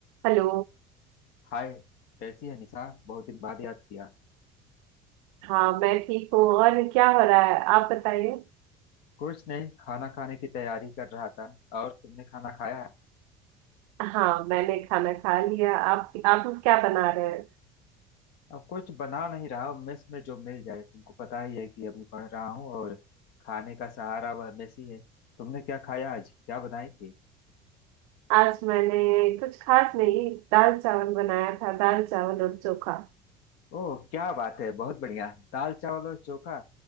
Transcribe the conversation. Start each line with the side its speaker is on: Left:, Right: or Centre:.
Right: Hello
Left: हाय कैसी है निशा बहुत दिन बाद याद किया
Right: हाँ मैं ठीक हूँ और क्या हो रहा है आप बताइए
Left: कुछ नहीं खाना खाने की तैयारी कर रहा था और तुमने खाना खाया
Right: हाँ मैंने खाना खा लिया आप आप लोग क्या बना रहे हैं
Left: अब कुछ बना नहीं रहा हूँ मेस में जो मिल जाए तुमको पता ही है कि अभी पढ़ रहा हूँ और खाने का सहारा वह मेस ही है तुमने क्या खाया आज क्या बनाई थी
Right: आज मैंने कुछ खास नहीं दाल चावल बनाया था दाल चावल और चोखा
Left: ओह क्या बात है बहुत बढ़िया दाल चावल और चोखा